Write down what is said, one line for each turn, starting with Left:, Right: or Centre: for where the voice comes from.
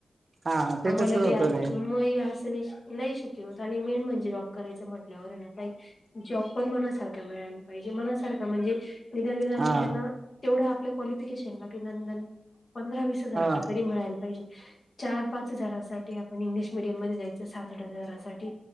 Right: हा ते
Left: आमाला
Right: तसंच
Left: बी
Right: होतं
Left: आहेत
Right: ते
Left: म हे आस नाही श् नही श कि त आणि मेन म्हणजे जॉब करायचं म्हटल्यावर ना काई जॉब पण मनासारखा मिळायला पाहिजे, मनासारखं म्हणजे निदान नि आपण
Right: हा
Left: त्याला तेवढा पल्या क्वालिफिकेशन ला कि नंदन पंधरा वीस हजाराचं
Right: हा
Left: तरी मिळाल पाहिजे. चार पाच हजारासाठी आपण इंग्लिश मिडियम मध्ये जायचं सात आठ हजारासाठी